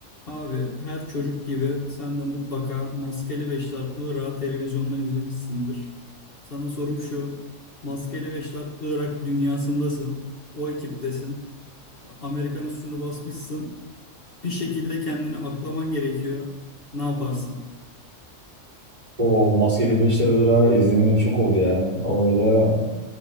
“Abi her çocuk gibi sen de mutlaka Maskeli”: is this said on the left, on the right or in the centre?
Left